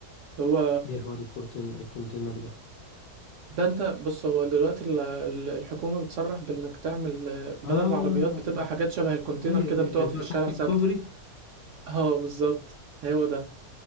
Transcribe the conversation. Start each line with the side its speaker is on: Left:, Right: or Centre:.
Right: اللي هو
Left: إيه حوار الكورتين الكونتينر ده
Right: ده أنت بص هو دلوقتي ال- ال- الحكومة بتصرح بإنك تعمل آه، بدل
Left: اه
Right: العربيات بتبقى حاجات شبه الكونتينر
Left: ايوه
Right: كده
Left: ايوه
Right: بتقف
Left: اللي بتبقى
Right: في الشارع
Left: تحت الكوبري
Right: ثابتة <laughs> اه بالظبط هو ده